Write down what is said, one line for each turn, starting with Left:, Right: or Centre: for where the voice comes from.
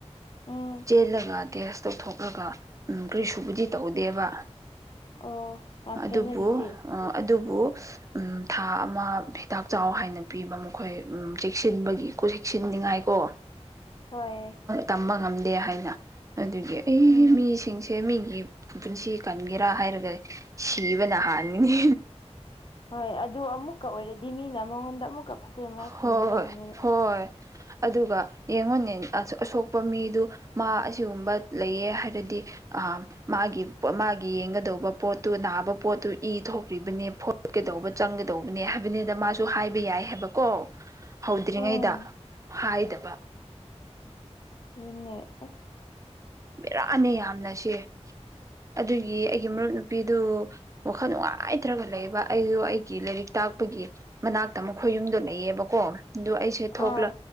Left: ꯎꯝ
Right: ꯆꯦꯜꯂꯒ ꯇꯦꯁ ꯇꯧꯊꯣꯛꯂꯒ ꯎꯝ ꯀꯔꯤ ꯁꯨꯕꯨꯗꯤ ꯇꯧꯗꯦꯕ
Left: ꯑꯣ ꯌꯥꯝ
Right: ꯑꯗꯨꯕꯨ
Left: ꯐꯩꯅꯦ ꯑꯗꯨꯗꯤ
Right: ꯑ ꯑꯗꯨꯕꯨ ꯎꯝ ꯊꯥ ꯑꯃ ꯍꯤꯇꯥꯛ ꯆꯥꯎ ꯍꯥꯏꯅ ꯄꯤꯕ ꯃꯈꯣꯏ ꯆꯦꯛꯁꯤꯟꯕꯒꯤ ꯆꯦꯛꯁꯤꯟꯅꯤꯉꯥꯏꯀꯣ
Left: ꯍꯣꯏ
Right: ꯇꯝꯕ ꯉꯝꯗꯦ ꯍꯥꯏꯅ ꯑꯗꯨꯒꯤ ꯑꯩ
Left: ꯎꯝ
Right: ꯃꯤꯁꯤꯡꯁꯦ ꯃꯤꯒꯤ ꯄꯨꯟꯁꯤ ꯀꯟꯒꯦꯔꯥ ꯍꯥꯏꯔꯒ ꯁꯤꯕꯅ ꯍꯥꯟꯒꯅꯤ
Left: ꯍꯣꯏ ꯑꯗꯨ ꯑꯃꯨꯛꯀ ꯑꯣꯏꯔꯗꯤ ꯃꯤꯅ ꯃꯉꯣꯟꯗ ꯑꯃꯨꯛꯀ ꯐꯠꯇꯅꯉꯥꯏ ꯈꯟꯒꯗꯕꯅꯦꯕ
Right: ꯍꯣꯏ ꯍꯣꯏ ꯑꯗꯨꯒ ꯌꯦꯡꯉꯣꯟꯅꯦ ꯑꯁꯣꯛꯄ ꯃꯤꯗꯨ ꯃꯥ ꯑꯁꯤꯒꯨꯝꯕ ꯂꯩꯌꯦ ꯍꯥꯏꯔꯗꯤ ꯃꯥꯒꯤ ꯃꯥꯒꯤ ꯌꯦꯡꯒꯗꯧꯕ ꯄꯣꯠꯇꯨ ꯅꯥꯕ ꯄꯣꯠꯇꯨ ꯏ ꯊꯣꯛꯈ꯭ꯔꯤꯕꯅꯦ ꯐꯣꯀꯗꯧꯕ ꯆꯪꯒꯗꯧꯕꯅꯦ ꯍꯥꯏꯕꯅꯤꯗ ꯃꯥꯁꯨ ꯍꯥꯏꯕ ꯌꯥꯏ ꯍꯥꯏꯕꯀꯣ ꯍꯧꯗ꯭ꯔꯤꯉꯩꯗ
Left: ꯎꯝ
Right: ꯍꯥꯏꯗꯕ
Left: ꯑꯗꯨꯅꯦ ꯑꯁ
Right: ꯦꯔꯥꯅꯦ ꯌꯥꯝꯅ ꯁꯤꯦ ꯑꯗꯨꯒꯤ ꯑꯩꯒꯤ ꯃꯔꯨꯞ ꯅꯨꯄꯤꯗꯨ ꯋꯥꯈꯜ ꯅꯨꯡꯉꯥꯏꯇ꯭ꯔꯒ ꯂꯩꯕ ꯑꯩꯗꯨ ꯑꯩꯒꯤ ꯂꯥꯏꯔꯤꯛ ꯇꯥꯛꯄꯒꯤ ꯃꯅꯥꯛꯇ ꯃꯈꯣꯏ ꯌꯨꯝꯗꯣ ꯂꯩꯌꯦꯕꯀꯣ ꯑꯗꯨ ꯑꯩꯁꯦ ꯊꯣꯛꯂ
Left: ꯑꯥ